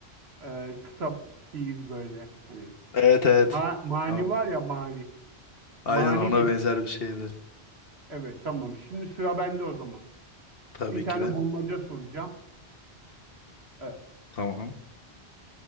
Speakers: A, on the right; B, on the left.
A: E, kısa şiir böyle hani.
B: Evet evet.
A: Ma- mani
B: Tamam.
A: var ya mani. Mani
B: Aynen ona
A: gibi.
B: benzer bir şeydi.
A: Evet tamam. Şimdi sıra bende o zaman.
B: Tabii
A: Bir tane
B: ki de.
A: bulmaca soracağım. Evet.
B: Tamam.